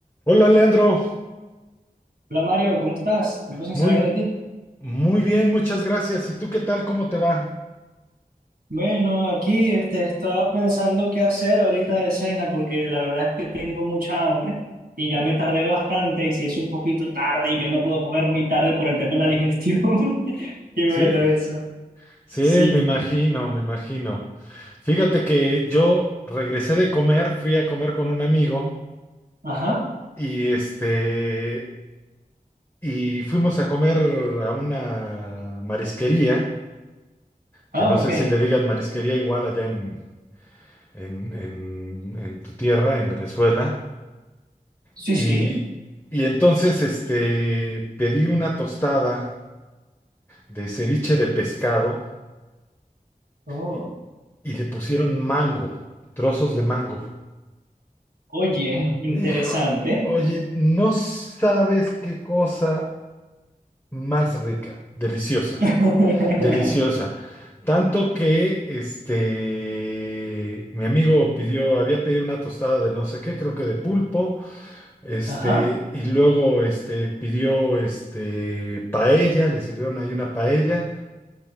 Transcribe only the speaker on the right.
Hola Mario, ¿cómo estás? Tiempo sin
saber de ti.
Bueno, aquí este, estaba pensando qué hacer ahorita de cena porque la verdad es que tengo mucha hambre y ya me tardé bastante y se hizo un poquito tarde y yo no puedo comer muy tarde por el tema de la digestión. <laughs> Y
bueno, eso.
Sí.
Ajá.
Ah,
ok.
Sí,
sí.
Oh.
Oye, interesante.
<laughs>
Ajá.